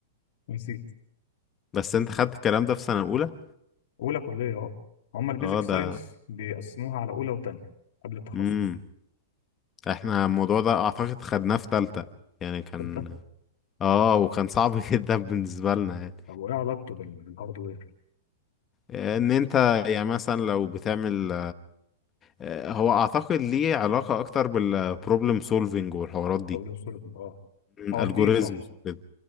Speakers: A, on the left; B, on the left.
A: ونسيت
B: بس انت خدت الكلام ده في سنه اولى
A: اولى كليه اه هما البيزك
B: اه
A: ساينس
B: ده
A: بيقسموها على اولى وتانية قبل التخصص
B: امم احنا الموضوع ده اعتقد خدناه في تالتة يعني كان
A: تالتة
B: اه وكان صعب <laughs> جدا بالنسبه لنا يعني
A: طب وايه علاقته بال- بالهاردوير
B: ان انت يعني مثلا لو بتعمل آه، هو اعتقد ليه علاقة اكتر بالبروبلم سولفينج والحوارات دي
A: راجل سوليفان اه اه
B: الجوريزمز
A: ليه صح
B: وكده